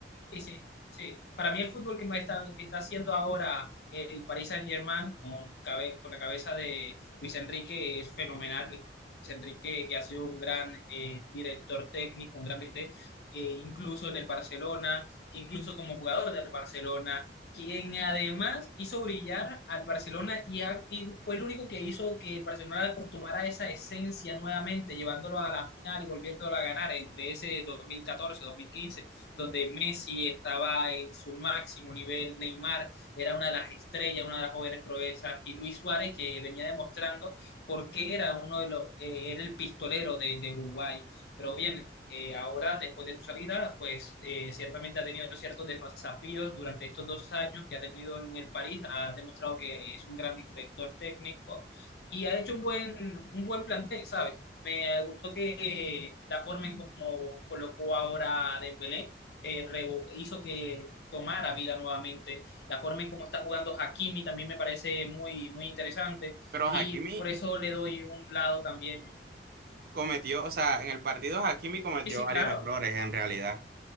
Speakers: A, on the left; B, on the right.
A: Sí, sí, sí. Para mí el fútbol que me está, que está haciendo ahora el Paris Saint-Germain con, cabe- con la cabeza de Luis Enrique es fenomenal. Luis Enrique, que ha sido un gran eh, director técnico, un gran DT, eh, incluso en el Barcelona, incluso como jugador del Barcelona, quien además hizo brillar al Barcelona y, ha- y fue el único que hizo que el Barcelona acostumbrara a esa esencia nuevamente, llevándolo a la final y volviéndolo a ganar entre ese dos dos mil catorce dos mil quince donde Messi estaba en su máximo nivel, Neymar era una de las estrellas, una de las jóvenes proezas, y Luis Suárez que venía demostrando por qué era uno de los, eh, era el pistolero de, de Uruguay. Pero bien, eh, ahora, después de su salida, pues eh, ciertamente ha tenido ciertos desafíos durante estos dos años que ha tenido en el París, ha demostrado que es un gran director técnico y ha hecho un buen, un buen plantel, ¿sabes? Me gustó que la forma en cómo colocó ahora a Dembélé, eh, revo- hizo que tomara vida nuevamente. La forma en cómo está jugando Hakimi también me parece muy, muy interesante
B: Pero
A: y
B: Hakimi
A: por eso le doy un lado también.
B: cometió, o sea, en el partido Hakimi cometió
A: Sí, sí,
B: varios
A: claro.
B: errores, en realidad.